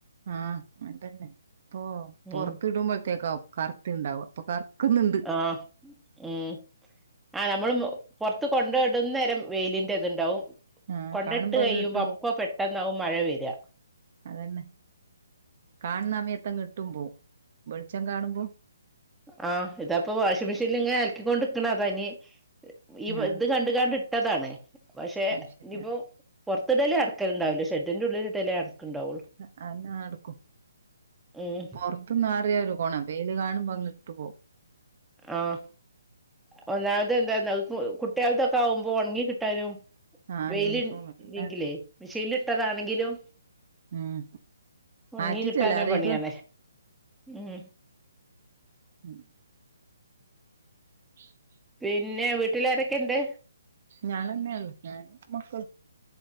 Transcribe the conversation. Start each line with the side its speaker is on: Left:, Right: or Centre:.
Right: ആ അൻതന്നെ ഇപ്പോ
Centre: ഉം
Right: പൊറത്ത് ഇടുമ്പോക്കേക്കാവും കറത്ത്ണ്ടാവ ഇപ്പൊ കറക്ക്ന്ന്ണ്ട്
Centre: ആ ഉം ആ നമ്മള് മു പൊറത്ത് കൊണ്ടോയിടുന്നെരെ വെയിലിന്റെ ഇത്ണ്ടാവും
Right: ആഹ്
Centre: കൊണ്ടെയിട്ട്
Right: കാണുമ്പോ
Centre: കെയ്യ്മ്പോ
Right: അങ്ങ് ഇട്ട് പോവും
Centre: അപ്പൊ പെട്ടെന്നാവും മഴ വര്അ
Right: അതന്നെ കാണുന്നഅമയത്തങ്ങ് ഇട്ടുമ്പോവും വെളിച്ചം കാണുമ്പോ
Centre: ആ ഇതാപ്പോ വാഷിംമെഷീനിലിങ്ങനെ അലക്കിക്കൊണ്ട് ഇക്ക്ണതാ ഇനി ഈ
Right: ആഹ്
Centre: ഇത് കണ്ട്കാണ്ട് ട്ടതാണ് പക്ഷേ
Right: അത് ശരിയാ
Centre: ഇനിയിപ്പോ പൊർത്ത്ടല് അടക്കൽണ്ടാവൂല ഷെഡ്ന്റുള്ളില്ടലേ അട്ക്ക്ണ്ടാവൊള്ളൂ.
Right: <unintelligible> ടുക്കും
Centre: ഉം
Right: പൊർത്ത് ന്നാറിയാലും കോണം വെയില് കാണുമ്പോ ങ്ങ് ഇട്ട് പോവും
Centre: ആഹ് ഒന്നാമത് എന്താന്ന അഹ് പോ കുട്ട്യോൾതൊക്കെ ആവുമ്പോ ഒണങ്ങി കിട്ടാനും
Right: ആഹ്
Centre: വെയില്
Right: യൂണിഫോം അല്ലേ
Centre: ഇയ്ല്ങ്കിലേ മിഷീനിൽ ഇട്ടതാണെങ്കിലും
Right: ഉം
Centre: ഒണങ്ങി
Right: ആറ്റിറ്റല്ല
Centre: കിട്ടാന്
Right: ആരാ
Centre: പണിയാണ്
Right: ഇടുക
Centre: ഉം
Right: ഉം ഉ <inaudible>
Centre: പിന്നെ വീട്ടില് ആരൊക്കെണ്ട്
Right: ഞാളെന്നൊള്ളു ഞാനും മക്കളും